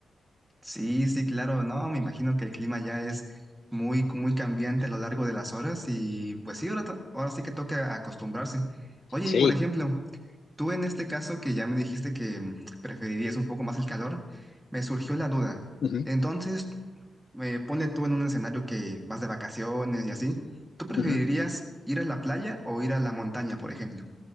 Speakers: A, in the centre; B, on the left.
A: Sí, sí, claro, no, me imagino que el clima ya es muy, muy cambiante a lo largo de las horas y pues sí, ahora, to- ahora sí que toca acostumbrarse. Oye,
B: Sí.
A: y por ejemplo, Tú en este caso que ya me dijiste que mm, preferirías un poco más el calor, me surgió la duda.
B: Ujú,
A: Entonces, eh, ponle tú en un escenario que vas de vacaciones y así, ¿tú preferirías
B: ujú.
A: ir a la playa o ir a la montaña, por ejemplo?